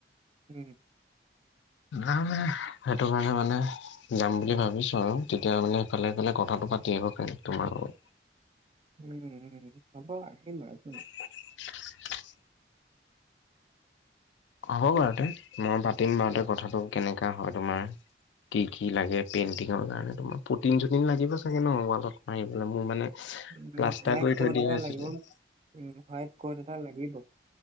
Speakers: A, on the right; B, on the left.
A: উম,
B: নানে সেইটো কাৰণে মানে যাম বুলি ভাবিছো আৰু তেতিয়া মানে সেইফালে-এইফালে কথাটো পাতি আহিব পাৰিম তোমাৰ লগত
A: উম-উম হব আহিম বাৰু একোনাই।
B: <unintelligible> হ'ব বাৰুতে মই পাতিম বাৰু তে কথাটো কেনেকা হয় তোমাৰ। কি-কি লাগে পেইণ্টিঙৰ কাৰণে তোমাৰ পুটিন চুটিন লাগিব চাগে ন' ৱালত মাৰিবলে মোৰ মানে
A: উম, দুই
B: প্লাষ্টাৰ
A: ভাগ
B: কৰি
A: কত
B: থৈ দিয়া
A: এটা
B: আছিলে
A: লাগিব, দুই ভাগ কতএটা লাগিব।